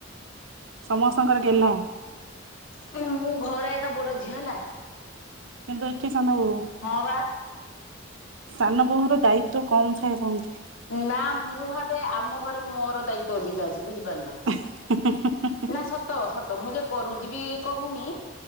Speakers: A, on the right (about 70°); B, on the left (about 90°).
A: ସମସ୍ତଙ୍କର ଗେଲ୍ହା।
B: କୁ ମୁଁ ଘର ଏକା ବଡ ଝିଅ ହେଲା।
A: କିନ୍ତୁ ଏଠି ସେନ ବୋହୂ।
B: ହଁ ବା।
A: ସାନ ବୋହୂର ଦାୟିତ୍ଵ କମ ଥାଏ କହନ୍ତି।
B: ନା ମୁଁ ଭାବେ ଆମ ଘରେ ମୋର ଦାୟିତ୍ଵ ଅଧିକା ଅଛି ବୁଝିପାରିଲ।
A: ହିଁ ହିଁ ହିଁ
B: ନା ସତ ସତ ମୁଁ ଯେ କରୁଚି ବି କହୁନି